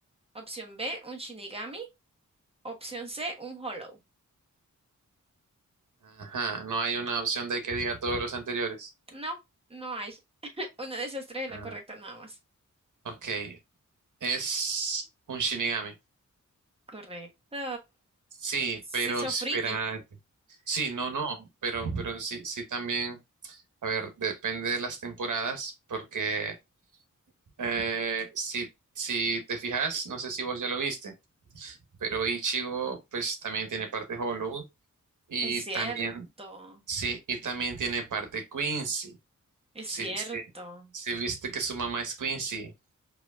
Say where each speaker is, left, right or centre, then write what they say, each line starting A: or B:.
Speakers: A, on the right; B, on the right.
A: Opción B, un Shinigami. Opción C, un Hollow.
B: Ajá, no hay una opción de que diga todos los anteriores.
A: No, no hay. <laughs> Una de esas tres es la
B: Ah,
A: correcta nada más.
B: ok, es un Shinigami.
A: Correcto.
B: Sí,
A: Sí,
B: pero
A: sos
B: espérate.
A: friki.
B: Sí, no, no, pero, pero sí, sí también, a ver, depende de las temporadas, porque eh, si, si te fijas, no sé si vos ya lo viste, pero Ichigo pues también tiene parte Hollow y
A: Es cierto.
B: también, sí, y también tiene parte Quincy.
A: Es
B: Sí,
A: cierto.
B: sí. Sí, viste que su mamá es Quincy.